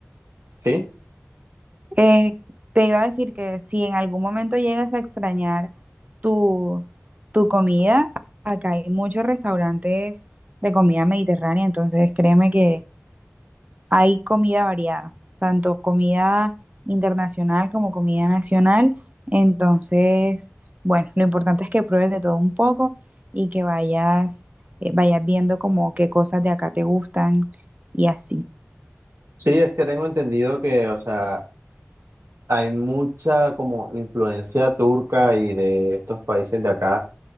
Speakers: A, on the right; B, on the right.
A: ¿sí?
B: eh, te iba a decir que si en algún momento llegas a extrañar tu, tu comida, acá hay muchos restaurantes de comida mediterránea, entonces créeme que Hay comida variada, tanto comida internacional como comida nacional. Entonces, bueno, lo importante es que pruebes de todo un poco y que vayas, eh, vayas viendo como qué cosas de acá te gustan y así.
A: Sí, es que tengo entendido que, o sea, hay mucha como influencia turca y de estos países de acá